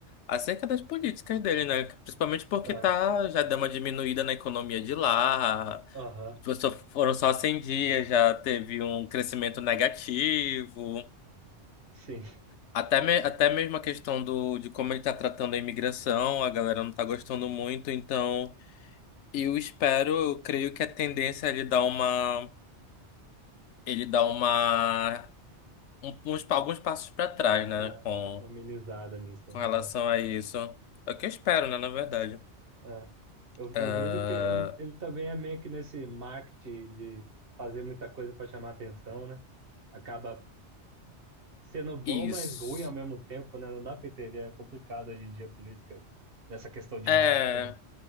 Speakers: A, on the left (about 80°); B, on the right (about 55°).
A: acerca das políticas dele, né? Principalmente porque
B: É.
A: tá, já deu uma diminuída na economia de lá.
B: Aham.
A: Só- Foram só 100 dias, já teve um crescimento negativo.
B: Sim.
A: Até, me- até mesmo a questão do, de como ele tá tratando a imigração, a galera não tá gostando muito, então eu espero, eu creio que a tendência é ele dar uma, ele dar uma, um- uns, pa- alguns passos para trás, né,
B: É.
A: com,
B: Uma amenizada nisso.
A: com relação
B: né?
A: a isso. É o que eu espero, né, na verdade.
B: É. É. Eu, eu
A: Ah,
B: vejo que ele, ele também é meio que nesse marketing de fazer muita coisa para chamar atenção, né? Acaba sendo bom,
A: isso.
B: mas ruim ao mesmo tempo, né? Não dá para entender. É complicado hoje em dia a política nessa questão de
A: É,
B: marketing, né?